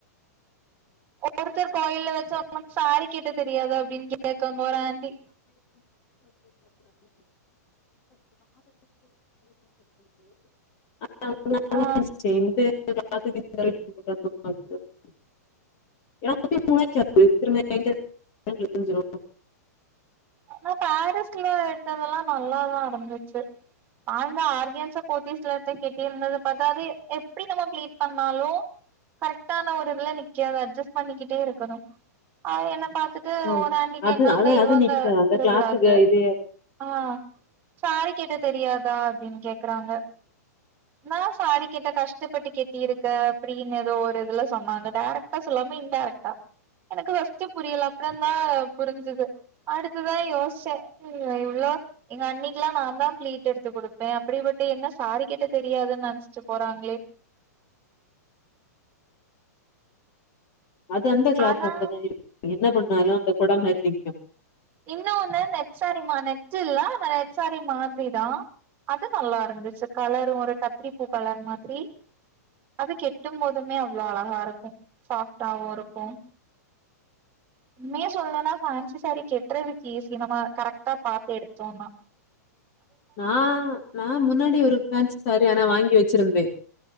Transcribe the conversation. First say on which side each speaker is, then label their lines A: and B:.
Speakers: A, on the right; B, on the left.
A: ஒருத்தர் கோயில்ல வெச் சொர்னம் சாரி கெட்ட தெரியாதா அப்டின் கேக்க போறான்டி
B: <inaudible>
A: ஆ
B: <inaudible>
A: ஆனா பேரிஸ்ல எடுத்ததெல்லா நல்லாதா இருந்துச்சு நா இந்த ஆர்கென்ஸ போதீஸ்ல எடுத்த கெட்டி இருந்தது பாத்தா அது எப்டி நம்ம ஃப்ளீட் பண்ணாலு கரெக்டான ஒரு இதுல நிக்காது அஜ்ஜஸ்ட் பண்ணிக்கிட்டே இருக்கணும் ஆஹ் என்ன பா த்துட்டு
B: ஆ,
A: ஒரு அண்ணி கேக்காங்க
B: அது அது
A: இவங்க
B: அது நிக்காது அந்த
A: திருவிழாக்கு
B: கிளாத்துக்கு இது
A: ஆஹ் சாரி கெட்ட ட தெரியாதா அப்டின் கேக்குறாங்க நா சாரி கெட்ட கஷ்டப்பட்டு கெட்டிருக்க அப்டின்னு எதோ ஒரு இதுல சொன்னாங்க டேரெக்டா சொல்லாம இன்டேரெக்டா எனக்கு வஸ்டு புரியல அப்றந்தா புரிஞ்சுது அடு த்துதா யோச்சே இவ்ளோ எங்க அண்ணிக்லா நாந்தா பிளீட் எடுத்து குடுப்பே அப்படிப்பட்ட என்ன சாரி கெட்ட தெரியாதுன்னு நென்ச்சிட்டு போறாங்களே
B: அது அந்த கிளாத்
A: ஆனா
B: அப்டிதா இருக் என்ன பண் னாலு அந்த கொட மார் நிக்கு
A: இன்னு ஒன்னு நெட் சாரிமா நெட்டு இல்ல ஆனா நெட்சாரி மாத்ரிதா அது நல்லா இருந்துச்சி கலரும் ஒரு கத்திரிப்பூ கலர் மாதிரி அது கெட்டும்போதுமே அவ்ளோ அழகா இருக்கும் சாஃப்டாவு இருக்கும் உண்மயா சொல்ணுனா ஃபேன்சி சாரி கெட் டறதுக்கு ஈசி நம கரெக்ட்டா பாத்து எடுத்தோனா
B: நா நா முன்னாடி ஒரு ஃபேன்சி சாரி ஆனா வாங்கி வச்சிருந்தே